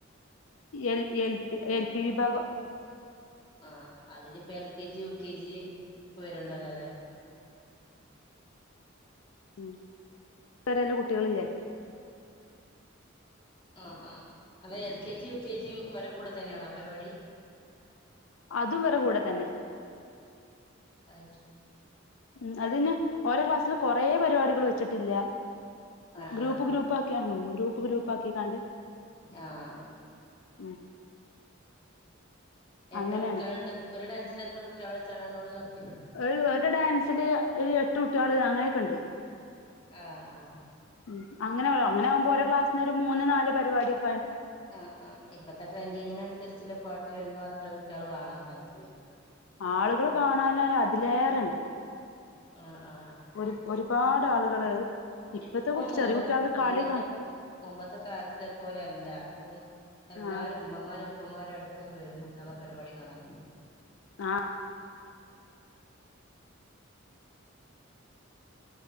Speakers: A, on the left; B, on the left.
A: L L P L P വിഭാഗം
B: ആഹ അതില് ഇപ്പോ L K G U K G വരുണ്ടല്ലോല്ലേ
A: ഉം വേരെല്ലാം കുട്ടികളില്ലേ
B: ആഹ ആഹ അവ L K G U K ജിയും വരെ കൂടെ തന്നെയാണോ പരിപാടി
A: അതും വരെ കൂടെ തന്നെ
B: <unintelligible>
A: ഉം അതിന് ഓരോ ക്ലാസ്സിലും കൊറെ പരിപാടികൾ വെച്ചിട്ടില്ല
B: ആഹ്
A: ഗ്രൂപ്പ്
B: ആഹ്
A: ഗ്രൂപ്പ് ആക്കി <unintelligible> ഗ്രൂപ്പാക്കി കാണ്ട്
B: ആഹ് ശരി
A: ഉം
B: എത്ര
A: അങ്ങനെയാണ്
B: കുട്ടികളുണ്ട് ഒരു ഡാൻസിൽ എത്ര കുട്ട് കുട്ടിയാളെ <unintelligible>
A: ഒരു ഒരു ഡാൻസില് രു എട്ട് കുട്ടികള് അങ്ങനെയൊക്കെ ഉണ്ട്
B: ആ ആ
A: ഉം അങ്ങനെ അങ്ങനെയാകുമ്പോ ഓരോ ക്ലാസിന്ന് ഒരു മൂന്ന് നാല് പെൺ <unintelligible>
B: ആ ആ ഇപ്പത്തെ ട്രെൻഡിങ്ങിന് അനുസരിച്ച് <unintelligible> പാട്ട് വരുമ്പ ത്ര കുട്ടികള് വാണം <unintelligible>
A: ആളുകള് കാണാന് അതിലേറെണ്ട്
B: ആ ആ
A: ഒരു ഒരുപാട് ആളുകള് ഇപ്പത്തെ
B: ഇപ്പൊ
A: കു
B: മുമ്പ
A: ചെറിയ കുട്ടികളുടെ
B: മുന്നത്തെ
A: കളി കാ
B: മുമ്പത്തെ കാലത്തെ പോലെ അല്ല ഇപ്പം എല്ലാരും
A: ആ
B: ഉമ്മമാരും അപ്പംമാര് അടക്കം വരും കുട്ടികളെ പരിപാടി കാണാന്
A: ആ